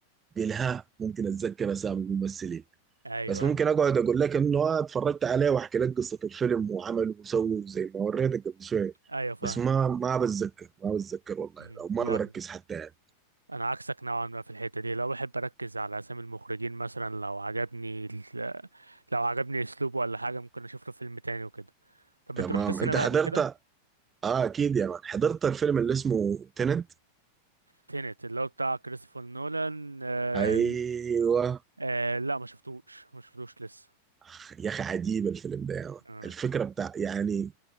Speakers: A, on the right (about 20°); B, on the right (about 85°).
A: بالها ممكن اتذكر اسامي الممثلين
B: ايوه
A: بس ممكن
B: ايوه
A: اقعد اقول لك انه آه اتفرجت عليه واحكي لك قصه الفيلم وعمله وسوى زي ما وريتك قبل شويه
B: ايوه فاهم
A: بس ما ما بتذكر ما بتذكر والله
B: مم.
A: او ما
B: لا
A: بركز حتى يعني
B: انا عكسك نوعا ما في الحتة دي لو بحب اركز على اسامي المخرجين مثلا لو عجبني ال- لو عجبني اسلوبه ولا حاجة ممكن اشوف له فيلم تاني وكده طب
A: تمام
B: انت رحت السينما
A: انت حضرت
B: قبل كده
A: اه اكيد يا مان حضرت الفيلم اللي اسمه تننت
B: تينت اللي هو بتاع كريستوفر نولان آه...
A: ايوه
B: آه... لا ما شفتوش ما شفتوش لسه
A: أخ، يا اخي عجيب الفيلم ده يا مان
B: آه.
A: الفكره بتاع يعني